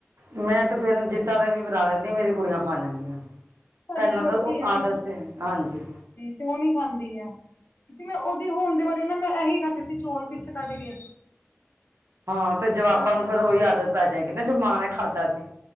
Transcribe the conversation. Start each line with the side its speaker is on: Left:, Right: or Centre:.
Right: ਮੈਂ ਤੇ ਫੇਰ ਜਿੱਦਾਂ ਦਾ ਵੀ ਬਣਾ ਲੈਂਦੀ ਆ ਮੇਰੀ ਕੁੜੀਆਂ ਖਾ ਲੈਂਦੀਆਂ
Left: ਸਾਡੀ
Right: ਪਹਿਲਾਂ
Left: ਛੋਟੀ
Right: ਤਾਂ ਉਹ
Left: ਹੈ ਨਾ
Right: ਆਦਤ ਹਾਂਜੀ।
Left: <unintelligible> ਨੀ ਖਾਂਦੀ ਏ। ਮੈਂ ਉਹਦੀ ਹੋਣ ਦੇ ਬਾਰੇ ਨਾ ਮੈਂ ਇਹੀ ਖਾ ਸੀ ਚੌਲ ਪਿੱਛ ਕੱਢ ਕੇ
Right: ਹਾਂ, ਤੇ ਜਵਾਕਾਂ
Left: ਤਾਂ
Right: ਨੂੰ
Left: ਕਰਕੇ
Right: ਫੇਰ ਉਹੀ ਆਦਤ ਪੈ ਜਾਏਗੀ ਨਾ ਜੋ ਮਾਂ ਨੇ ਖਾਧਾ ਸੀ।